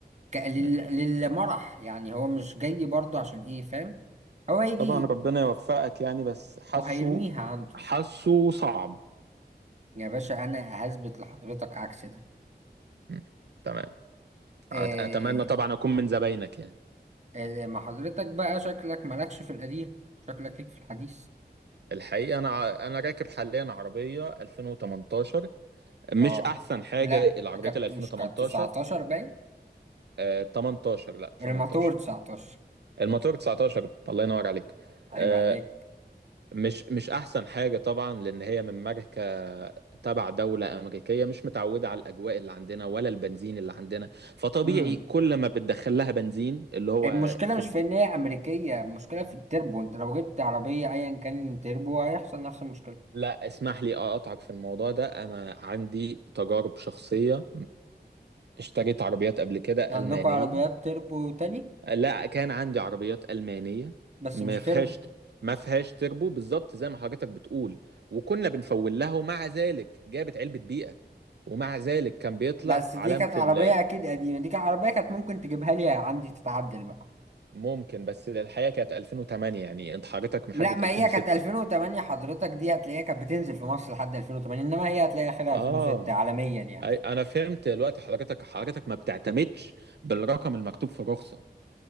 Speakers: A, on the right; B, on the right.
A: ك... لل...
B: مم.
A: للمرح يعني هو مش جاي برضه عشان ايه فاهم هو هيجي
B: طبعا ربنا يوفقك يعني بس حاسه
A: وهيرميها عنده
B: حاسه صعب
A: يا باشا انا هثبت لحضرتك عكس ده
B: مم. تمام
A: آه...
B: أت- اتمنى طبعا اكون من زباينك يعني
A: آه، ما حضرتك بقى شكلك مالكش في القديم شكلك ليك في الحديث
B: الحقيقه انا ع- انا راكب حاليا عربيه 2018 مش
A: اه
B: احسن حاجه
A: لا
B: العربيات
A: كانت
B: ال 2018
A: مش كانت 19 باين
B: آه 18 لا 18
A: الماتور 19
B: الموتور 19 الله ينور عليك
A: عيب
B: آه
A: عليك
B: مش مش احسن حاجه طبعا لان هي من ماركه تبع دوله امريكيه مش متعوده على الاجواء اللي عندنا ولا البنزين اللي عندنا فطبيعي
A: امم
B: كل ما بتدخل لها بنزين اللي هو
A: المشكلة
B: في
A: مش في إن هي أمريكية المشكلة في التربو أنت لو جبت عربية أيا كان تربو هيحصل نفس المشكلة
B: لا اسمح لي اقطعك في الموضوع ده انا عندي تجارب شخصية اشتريت عربيات قبل كده
A: عندكم
B: ألمانية
A: عربيات تربو تاني
B: لا كان عندي عربيات ألمانية
A: بس
B: ما
A: مش
B: فيهاش
A: تربو
B: ما فيهاش تربو بالظبط زي ما حضرتك بتقول وكنا بنفول لها ومع ذلك جابت علبة بيئة ومع ذلك كان بيطلع
A: بس دي
B: علامة
A: كانت عربية
B: ال-
A: أكيد قديمة دي كانت عربية كانت ممكن تجيبها لي عندي تتعدل بقى
B: ممكن بس الحقيقة كانت 2008 يعني انت حضرتك محدد
A: لا ما
B: 2006
A: هي كانت 2008 حضرتك دي هتلاقيها كانت بتنزل في مصر لحد 2008 إنما هي هتلاقي آخرها
B: اه
A: 2006 عالميا يعني
B: أي- انا فهمت دلوقتي حضرتك حضرتك ما بتعتمدش بالرقم المكتوب في الرخصة